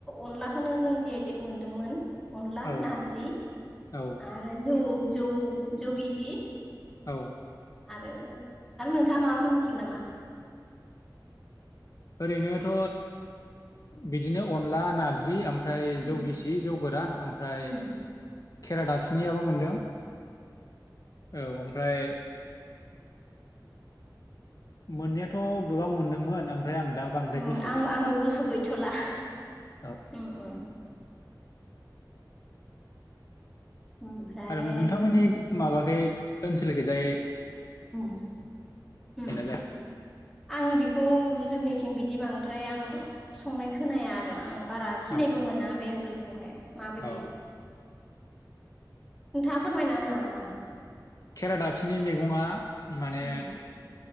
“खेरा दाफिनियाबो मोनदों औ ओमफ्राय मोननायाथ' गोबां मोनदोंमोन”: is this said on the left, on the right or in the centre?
Left